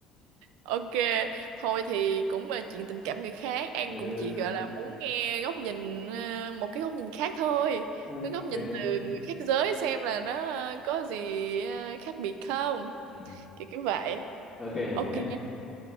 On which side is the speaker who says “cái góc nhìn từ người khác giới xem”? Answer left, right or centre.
Right